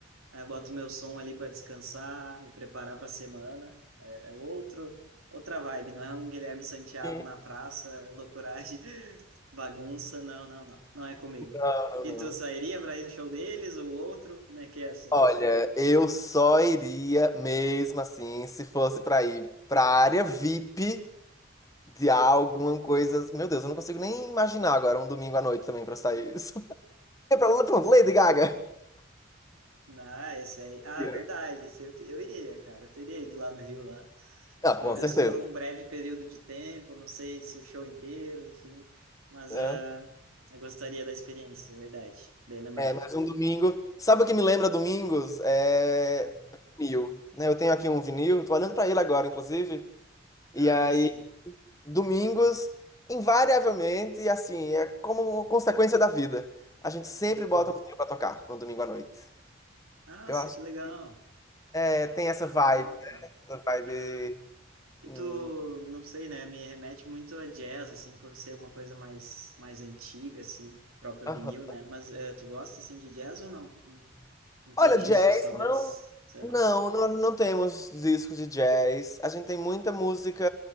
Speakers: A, on the right (about 90°); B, on the left (about 15°).
A: Aí eu boto meu som ali para descansar, me preparar para a semana. É, é outro, outra vibe, não é um Guilherme Santiago
B: Sim.
A: na praça, é loucuragem, <laughs> bagunça, não, não, não, não é comigo.
B: Não,
A: E
B: não,
A: tu
B: não.
A: sairia para ir no show deles ou outro? Como é que é assim?
B: Olha, eu só iria mesmo assim se fosse pra ir pra área VIP de alguma coisa. Meu Deus, eu não consigo nem imaginar agora um domingo à noite também pra sair isso. <laughs> É pra, lá, pronto,
A: Ah,
B: Lady Gaga.
A: não, ah, esse aí. Ah,
B: Yeah.
A: verdade, esse eu, eu iria, cara. Eu teria ido lá no Rio lá.
B: Ah, com
A: Talvez
B: certeza.
A: por um breve período de tempo, não sei se o show inteiro, enfim. Mas
B: né?
A: ah, eu gostaria da experiência, é verdade. Bem lembrado.
B: É, mas um domingo. Sabe o que me lembra domingos? É
A: É,
B: vinil, né? Eu tenho aqui um vinil, tô olhando pra ele agora, inclusive.
A: Ah,
B: E aí,
A: sim.
B: domingos, invariavelmente, assim, é como consequência da vida. A gente sempre
A: Uhum.
B: bota um vinil pra tocar no domingo à noite.
A: Nossa,
B: Eu acho.
A: que legal.
B: É, tem essa
A: Caraca.
B: vibe, essa vibe.
A: Aham. E
B: hum,
A: tu, não sei, né? Me remete muito a jazz, assim, por ser uma coisa mais, mais antiga, assim, próprio
B: aham.
A: vinil, né? Mas eh, tu gosta, assim, de jazz ou não? Não não tem
B: Olha,
A: discos,
B: jazz,
A: talvez?
B: não.
A: Sei lá.
B: Não, nós não temos discos de jazz. A gente tem muita música